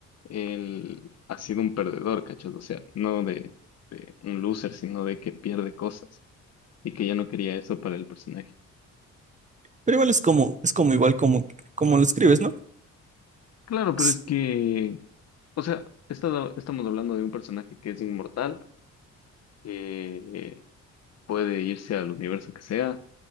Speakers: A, on the left (about 55°); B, on the right (about 25°).
A: él ha sido un perdedor, ¿cachas? O sea, no de, de un loser, sino de que pierde cosas y que ya no quería eso para el personaje.
B: Pero igual es como, es como igual como, como lo escribes, ¿no?
A: Claro, pero
B: Es
A: es que, o sea, esta- estamos hablando de un personaje que es inmortal, que puede irse al universo que sea